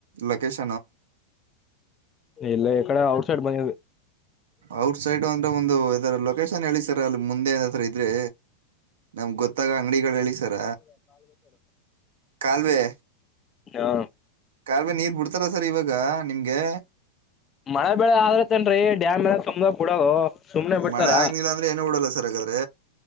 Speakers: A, on the right (about 80°); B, on the left (about 25°).
A: ಲೊಕೇಶನ್
B: ಇಲ್ಲ ಎಕಡೆ ಔಟ್ ಸೈಡ್ ಮನೆ
A: ಔಟ್ ಸೈಡ್ ಅಂದ್ರೆ ಒಂದು ಯರ ಲೊಕೇಶನ್ ಹೇಳಿ ಸರ್ ಅಲ್ಲಿ ಮುಂದೆ ಏನತ್ರರ ಇದ್ರೆ ನಮ್ಗ್ ಗೊತ್ತಾಗ ಅಂಗಡಿಗಳು ಹೇಳಿ ಸರ ಕಾಲವೆ
B: ಹಾ
A: ಕಾಲುವ ನೀರ್ ಬಿಡ್ತಾರ ಸರ್ ಇವಾಗ ನಿಮ್ಗೆ
B: ಮಳೆ ಬೆಳೆ ಆದ್ರತೇನ್ರೀ ಡ್ಯಾಮ್ ಎಲ್ಲ ತುಂಬ್ದ ಕು ಬಿಡೋದು. ಸುಮ್ನೆ ಬಿಡ್ತಾರ
A: ಮಳೆ ಆಗ್ಲಿಲ್ಲ ಅಂದ್ರೆ ಏನ ಹಡಲ್ಲ ಸರ್ ಬಗಾದ್ರೆ